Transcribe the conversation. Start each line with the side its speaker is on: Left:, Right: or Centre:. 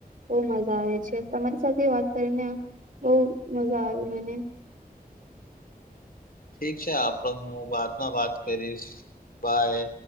Right: બહ મજા આવે છે, તમારી સાથે વાત કરીને બહ મજા આવી મને
Left: ઠીક છે આપડો હું બાદમાં વાત કરીશ બાય